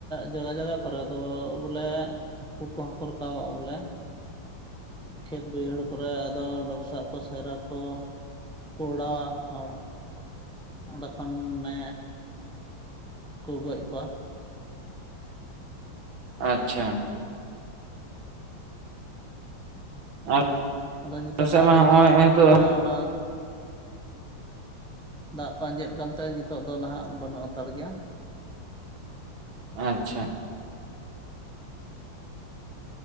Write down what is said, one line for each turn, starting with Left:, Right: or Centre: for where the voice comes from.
Centre: ᱡᱟᱜᱟ ᱡᱟᱜᱟ ᱠᱚᱨᱮ ᱫᱚ ᱵᱚᱞᱮ ᱦᱟᱹᱠᱩ ᱠᱚᱦᱚᱸ ᱠᱚ ᱨᱟᱠᱟᱵᱚᱜᱼᱟ ᱵᱚᱞᱮ᱾ ᱠᱷᱮᱛ ᱵᱟᱹᱭᱦᱟᱹᱲ ᱠᱚᱨᱮ ᱟᱫᱚ ᱰᱚᱯᱥᱟᱜ ᱠᱚ ᱥᱟᱭᱨᱟ ᱠᱚ ᱠᱚᱰᱟᱣᱟ ᱦᱚᱲ ᱚᱸᱰᱮ ᱠᱷᱚᱱᱮ ᱠᱚ ᱜᱚᱡ ᱠᱚᱣᱟ᱾
Right: ᱟᱪᱪᱷᱟ ᱟᱞᱮ
Centre: ᱟᱫᱚ ᱧᱤᱛᱚᱜ
Right: ᱥᱮᱫ
Centre: ᱫᱟᱜ
Right: ᱢᱟ
Centre: ᱮ
Right: ᱦᱚᱸᱜᱼᱚᱭ
Centre: ᱫᱷᱟᱹᱨᱩᱱ
Right: ᱱᱤᱛᱚᱜ
Centre: ᱠᱟᱜ ᱛᱮ ᱵᱚᱞᱮ ᱚᱱᱟ ᱫᱟᱜ ᱠᱚ ᱟᱸᱡᱮᱫ ᱠᱟᱱᱛᱮ ᱱᱤᱛᱚᱜ ᱫᱚ ᱱᱟᱦᱟᱜ ᱵᱟᱹᱱᱩᱜ ᱦᱟᱛᱟᱲ ᱜᱮᱭᱟ᱾
Right: ᱟᱪᱪᱷᱟ